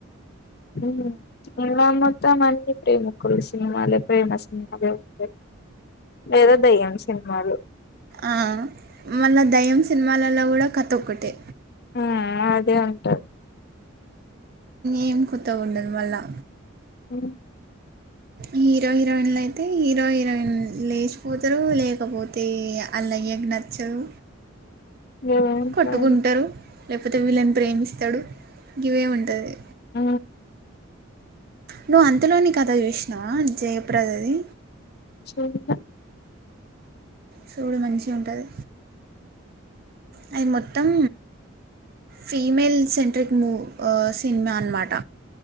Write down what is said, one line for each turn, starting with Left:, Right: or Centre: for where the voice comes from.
Left: మ్ త్తమన్ని ప్రేమికులు సినిమాలే ప్రేమ సినిమాలే ఉంటాయి లేదా దయ్యం సినిమాలు
Right: అ మళ్ళా దెయ్యం సినిమాలళ్ళ కూడా కథ ఒక్కటే
Left: ఆ అదే అంట
Right: ఏం కొత్తగా ఉండదు మళ్ళా
Left: ఉ
Right: హీరో హీరోయిన్లు అయితే హీరో హీరోయిన్ లేచిపోతారు లేకపోతే అల్ల ఎగ్ నచ్చావ్
Left: ఏవో ఉంటాయి.
Right: కట్టుకుంటారు లేకపోతే వీళ్ళని ప్రేమిస్తాడు ఇవే ఉంటది
Left: ఊ
Right: నువ్వు అంతలోని కథ చూసినావా జయప్రదది
Left: చూడ్ల
Right: సూడు మంచిగా ఉంటది అది మొత్తం ఫీమేల్ సెంట్రిక్ మూవ్ ఆ సినిమా అన్నమాట